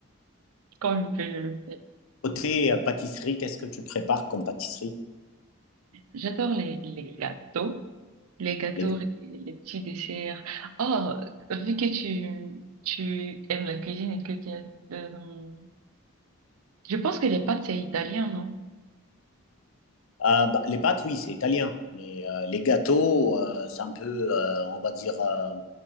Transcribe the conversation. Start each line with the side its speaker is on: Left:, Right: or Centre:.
Right: quand je fais, je le fais.
Left: Côté euh, pâtisserie, qu'est-ce que tu prépares comme pâtisserie,
Right: J'adore les, les gâteaux. Les gâteaux,
Left: les gars?
Right: les, les petits desserts. Oh, vu que tu, tu aimes la cuisine et que tu as, euh, je pense que les pâtes, c'est italien, non?
Left: Ah, bah, les pâtes, oui, c'est italien. Mais euh, les gâteaux, euh, c'est un peu, euh, on va dire, euh,